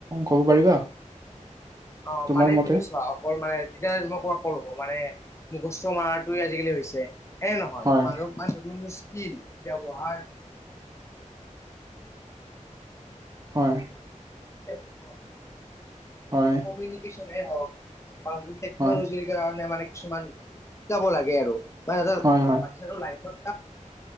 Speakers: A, on the right; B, on the left.
A: ক'ব পাৰিবা।
B: অ
A: তোমাৰ
B: মানে
A: মতে?
B: তুমি চোৱা অকল মানে এতিয়া মই তোমাক ক'লো মানে মুখস্থ মৰাটো আজিকালি হৈছে। এ নহয়
A: হয়,
B: মানুহ মানে নতুন স্কিল ব্যৱহাৰ
A: হয়।
B: উটো <inaudible>
A: হয়।
B: এডুকেশ্বন হওঁক বা টেকনলজি
A: হয়,
B: কাৰণে মানে কিছুমান শিকাব লাগে আৰু মানে সিহঁতৰ
A: হয়, হয়,
B: <inaudible> লৰাই হওক